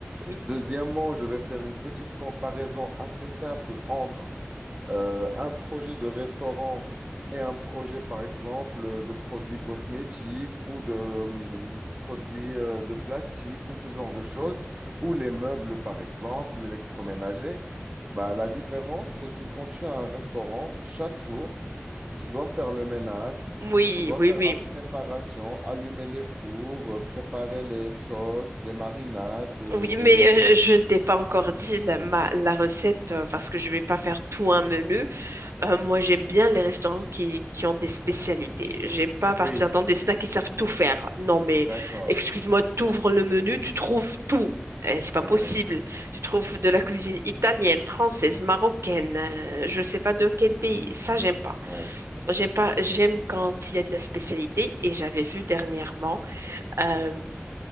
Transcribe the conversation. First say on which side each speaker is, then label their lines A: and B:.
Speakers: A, on the right; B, on the right.
A: oui.
B: Deuxièmement, je vais faire une petite comparaison assez simple entre euh, un projet de restaurant et un projet, par exemple, euh, de produits cosmétiques ou de hum, produits euh, de plastique ou ce genre de choses, ou les meubles, par exemple, l'électroménager, bah, la différence, c'est que quand tu as un restaurant, chaque jour, tu dois faire le ménage,
A: Oui,
B: tu dois
A: oui,
B: faire
A: oui.
B: la préparation, allumer les fours, euh, préparer les sauces, les marinades, euh,
A: Oui,
B: les...
A: mais euh, je ne t'ai pas encore dit la, ma- la recette euh, parce que je vais pas faire tout un menu. Euh, moi, j'aime bien les restaurants qui, qui ont des spécialités. J'aime pas partir
B: Oui,
A: dans des snacks qui savent tout faire. Non, mais
B: d'accord.
A: excuse-moi, t'ouvres le menu, tu trouves tout. Eh, c'est pas
B: Ouais,
A: possible. Tu trouves de la cuisine italienne, française, marocaine, euh, je sais pas de quel pays. Ça, j'aime pas.
B: ouais.
A: J'aime pas, j'aime quand il y a de la spécialité. Et j'avais vu dernièrement, euh,